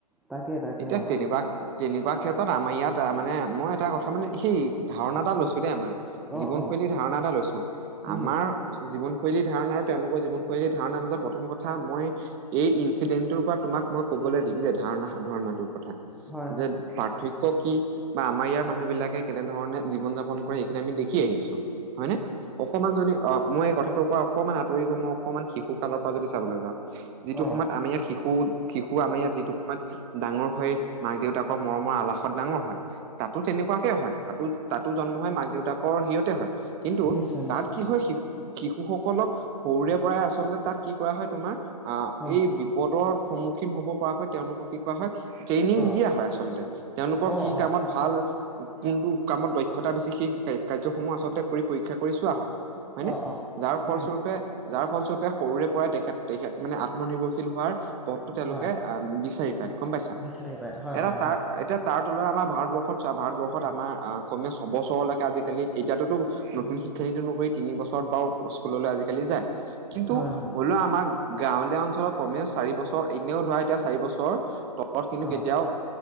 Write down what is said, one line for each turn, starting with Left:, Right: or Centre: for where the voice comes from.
Centre: তাকে তাকে
Right: এতিয়া
Centre: অ',
Right: তেনেকুৱা। তেনেকুৱা ক্ষেত্ৰত আমাৰ ইয়াত মানে মই এটা কথা মানে সেই ধাৰণা এটা লৈছোঁ দেই আমাৰ।
Centre: অ',
Right: জীৱনশৈলীৰ
Centre: অ',
Right: ধাৰণা এটা লৈছো
Centre: উম।
Right: আমাৰ। জীৱনশৈলী ধাৰণা আৰু তেওঁলোকৰ জীৱনশৈলী ধাৰণাৰ মাজত প্ৰথম কথা মই এই ইনচিডেন্টটোৰ পৰা তোমাক। মই ক'বলৈ দিলো, যে ধাৰণা সাধাৰণাটোৰ কথা
Centre: হয়
Right: যে
Centre: হয়,
Right: পাৰ্থক্য। ক কি বা আমাৰ ইয়াৰ মানুহ বিলাকে কেনেধৰণে জীৱন যাপন কৰে সেইখিনি আমি দেখি আহিছোঁ। হয় নে অপ অকমাণ যদি অহ মই এই কথাটোৰ পৰা অকনমান আঁতৰি গৈ মই অকণমান শিশু কালৰ পৰা যদি চাবলৈ যাওঁ যিটো
Centre: অ',
Right: সময়ত আমা। আমি ইয়াত শিশু শিশু আমাৰ ইয়াত যিটো সময়ত ডাঙৰ হয় মাক দেউতাকৰ মৰমৰ আলাসত ডাঙৰ হয়। তাতো তেনেকুৱাকেই হয়। তাতো তাতো জন্ম হয়। মাক দেউতাকৰ হেৰিয়তে হয় কিন্তু
Centre: নিশ্চয় নিশ্চয়,
Right: তাত কি হয় শিশু। শিশু সকলক, সৰুৰে পৰাই আচলতে তাত কি কৰা হয় তোমাৰ, আ
Centre: অ',
Right: এই বিপদৰ সন্মুখ ক্ষীন হ'ব পৰাকৈ তেওঁলোকক কি কৰা হয়। ট্ৰেইনিং
Centre: অ',
Right: দিয়া হয় আচলতে তেওঁলোকৰ
Centre: অ',
Right: কি কামত
Centre: অ',
Right: ভাল। কোনটো কামত দক্ষতা বেছি সেই কাৰ্যসমূহ আচলতে কৰি পৰীক্ষা কৰি চোৱা হয়। হয়নে?
Centre: অ', অ',
Right: যাৰ ফলস্বৰূপে
Centre: উম,
Right: যাৰ ফলস্বৰূপে সৰুৰে পৰাই তেখেত তেখেত মানে আত্মনিৰ্ভৰশীল হোৱাৰ পথটো তেওঁলোকে
Centre: হয়,
Right: আ বিচাৰি। গম পাইছা?
Centre: বিচাৰি পায় হয়
Right: এতা
Centre: হয়
Right: তাত,
Centre: হয়,
Right: এতিয়া তাত আমাৰ ভাৰতবৰ্ষত চোৱা ভাৰতবৰ্ষত আমাৰ কমেও ছবছৰলৈকে আজিকালি এতিয়াতোতো
Centre: উম,
Right: নতুন শিক্ষ। খিনিত অনুসৰি তিনি বছৰত বাৰু স্কুললৈ আজিকালি যায় কিন্তু
Centre: হয় হয়,
Right: হ'লেও আমাক। গাঁৱলীয়া অঞ্চলত কমেও চাৰি বছৰ, এনেও ধৰা এতিয়া চাৰি বছৰ তলত কিন্তু
Centre: অ',
Right: কেতিয়াও